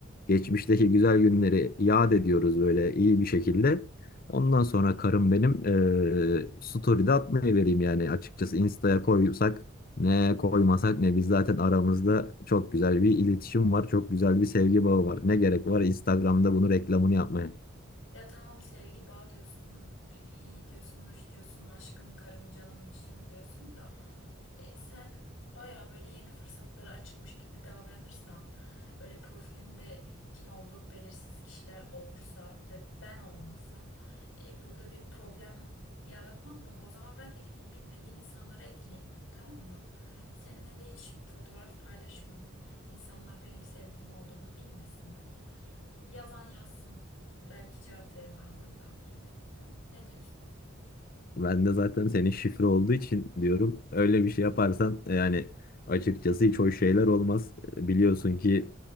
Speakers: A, on the left; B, on the left.
A: geçmişteki güzel günleri yad ediyoruz böyle iyi bir şekilde. Ondan sonra karım benim eee story'de atmayı vereyim yani açıkçası Insta'ya koysak ne koymasak ne biz zaten aramızda çok güzel bir iletişim var. Çok güzel bir sevgi bağı var. Ne gerek var Instagram'da bunu reklamını yapmaya.
B: Ya tamam sevgi bağ diyorsun, iyi diyorsun, hoş diyorsun, aşkım, karım, canım, cicim diyorsun da e, sen baya böyle yeni fırsatlara açıkmış gibi davranırsan, öyle profilinde kim olduğu belirsiz kişiler olursa ve ben olmazsam e, burada bir problem yaratmaz mı bu? O zaman ben de gideyim bilmediğim insanlara ekleyeyim. Tamam mı? Seninle de hiç fotoğraf paylaşmayayım. İnsanlar benim sevgilim olduğunu bilmesinler. Yazan yazsın. Belki cevap veririm aralarından birine. Hı? Ne diyorsun?
A: Ben de zaten senin şifre olduğu için diyorum. Öyle bir şey yaparsan e, yani açıkçası hiç hoş şeyler olmaz. E, Biliyorsun ki